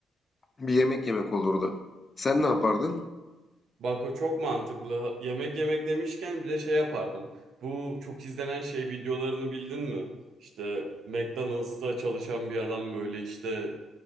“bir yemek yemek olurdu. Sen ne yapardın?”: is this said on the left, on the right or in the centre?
Left